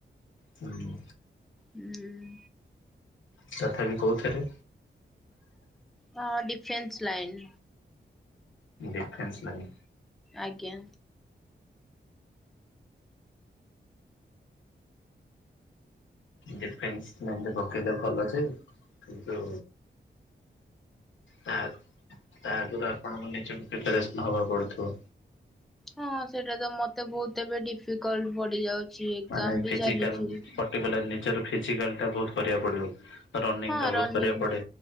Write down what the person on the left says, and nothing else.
ହୁଁ
ତଥାପି କହୁଥିରେ
ଡିଫ୍ରେନ୍ସ ଲାଇନି
ଡିଫେନ୍ସ ଲାଇନରେ ପକେଇଲେ ଭଲ ଅଛି କିନ୍ତୁ ତା ଆଗ ତା ଆଗରୁ ଆପଣଙ୍କୁ ନିଜ କୁ ପ୍ରିପାରେସନ ହବାକୁ ପଡୁଥିବ
ମାନେ ଫିଜିକାଲ
ପର୍ଟିକୁଲାର ନିଜର ଫିଜିକାଲିଟା ବହୁତ କରିବାକୁ ପଡିବ ରନିଂ
ଟା ବହୁତ
କରିବାକୁ ପଡେ।